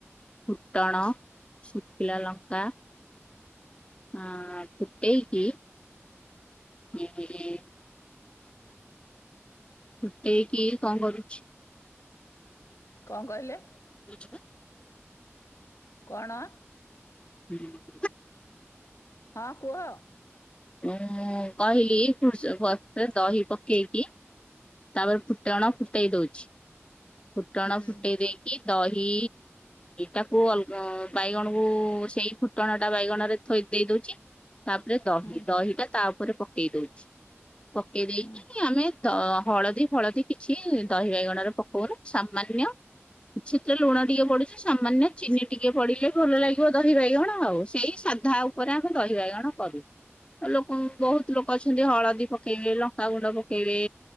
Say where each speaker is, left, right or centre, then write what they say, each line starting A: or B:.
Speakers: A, on the left; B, on the left.
A: ଫୁଟଣ, ଶୁଖିଲା ଲଙ୍କା ଆଁ ଫୁଟେଇକି? ହୁଁ-ହୁଁ <unintelligible> ଫୁଟେଇକି କଣ କରୁଛି?
B: କଣ କହିଲେ?
A: ବୁଝିବା।
B: କଣ?
A: ମୁଁ
B: ହଁ କୁହ?
A: ମୁଁ କହିଲି ଭୃସୁ ପ ଦହି ପକେଇକି ତାପରେ ଫୁଟଣ ଫୁଟେଇ ଦଉଛି ଫୁଟଣ
B: ହୁଁ
A: ଫୁଟେଇ ଦେଇ କି ଦହି ତାକୁ ଅଲଗ ବାଇଗଣକୁ ସେଇ ଫୁ ଫୁଟଣ ଟା ବାଇଗଣ ରେ ଥୋଇ ଦେଇ ଦଉଚି। ତାପରେ ଦହି
B: ହୁଁ
A: ଦହିଟା ତା ଉପରେ ପକେଇ ଦଉଛି ପକେଇ ଦେଇକି
B: ହୁଁ
A: ଆମେ ଦ ହଳଦୀ ଫଳଦୀ କିଛି ଦହି ବାଇଗଣ ର ପକଉର ସାମାନ୍ୟ କିଛି ତ ଲୁଣ ଟିକେ ପଡ଼ୁଛି ସାମାନ୍ୟ ଚିନି ଟିକେ ପଡ଼ିଲେ ଭଲ ଲାଗିବ ଦହି ବାଇଗଣ ଆଉ ସେଇ ସାଧା ଆଉ ଉପରେ ଆମେ ଦହି ବାଇଗଣ କରୁ। ଲୋକ ବହୁତ ଲୋକ ଅଛନ୍ତି ହଳଦୀ ପକେଇବେ ଲଙ୍କାଗୁଣ୍ଡ ପକେଇବେ